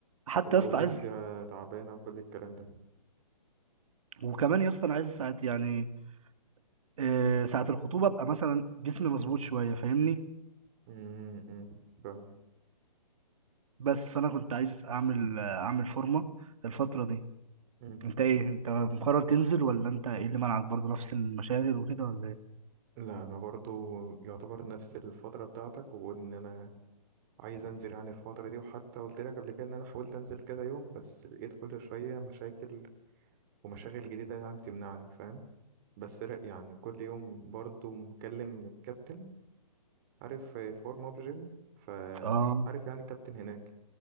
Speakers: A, on the right (about 60°); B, on the right (about 30°).
A: حتى
B: الأوزان
A: يا اسطى عايز
B: فيها تعبانة وكل الكلام ده
A: وكمان يا اسطى انا عايز ساعه يعني آه، ساعه الخطوبه ابقى مثلا جسمي مظبوط شويه فاهمني
B: مم، مم، فاهم
A: بس فانا كنت عايز اعمل آه، اعمل فورمه الفتره دي
B: مم.
A: انت ايه انت مقرر تنزل ولا انت ايه اللي منعك برضه نفس المشاغل وكده ولا ايه
B: لا أنا برضو يعتبر نفس الفترة بتاعتك وإن أنا عايز أنزل عن الفترة دي وحتى قلت لك قبل كده إن أنا حاولت أنزل كذا يوم بس لقيت كل شوية مشاكل ومشاغل جديدة يعني بتمنعني فاهم بس لا يعني كل يوم برضو مكلم الكابتن عارف آه، حوار موب جيم فعارف
A: اه
B: يعني الكابتن هناك